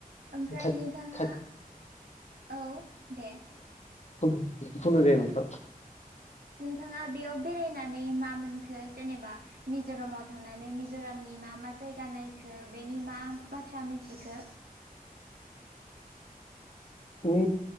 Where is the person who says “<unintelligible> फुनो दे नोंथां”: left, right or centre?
Left